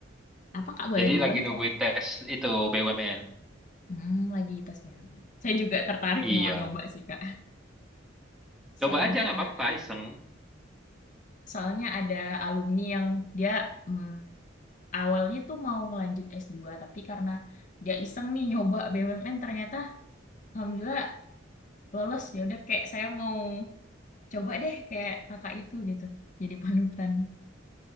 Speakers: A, on the left; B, in the centre.
A: apa Kak boleh
B: Jadi
A: diulang
B: lagi nungguin
A: tadi?
B: tes itu BUMN.
A: Hmm, lagi tes memang. Saya juga tertarik
B: Iya.
A: mau nyoba sih, Kak. Soalnya,
B: Coba aja nggak
A: a-
B: apa-apa, iseng.
A: soalnya ada alumni yang dia hmm, awalnya tuh mau ngelanjut s dua tapi karena dia iseng nih nyoba BUMN, ternyata alhamdulillah lolos. Ya udah kayak saya mau coba deh kayak kakak itu gitu. Jadi panutan.